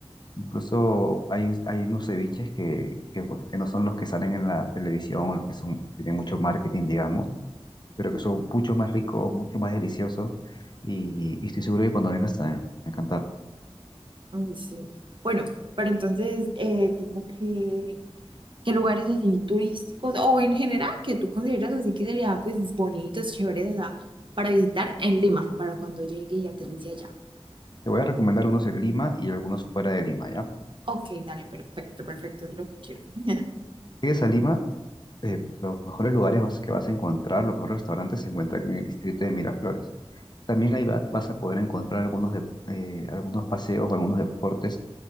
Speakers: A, on the left (about 45°); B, on the right (about 55°).
A: Incluso hay, hay unos ceviches que, que, pues, que no son los que salen en la televisión o los que son, tienen mucho marketing, digamos, pero que son mucho más ricos, mucho más deliciosos y, y estoy seguro que cuando vengas te van a encantar.
B: Mm, Sí. Bueno, pero entonces, eh, tipo que, ¿qué lugares así turísticos o en general que tú consideras así que serían pues bonitos, chéveres, o sea, para visitar en Lima, para cuando llegue y aterrice allá?
A: Te voy a recomendar unos en Lima y algunos fuera de Lima, ¿ya?
B: Ok, dale, perfecto, perfecto, es lo que quiero. <laughs>
A: Llegues a Lima, eh, los mejores lugares vas- que vas a encontrar, los mejores restaurantes se encuentran en el distrito de Miraflores. También ahí va- vas a poder encontrar algunos, de, eh, algunos paseos o algunos deportes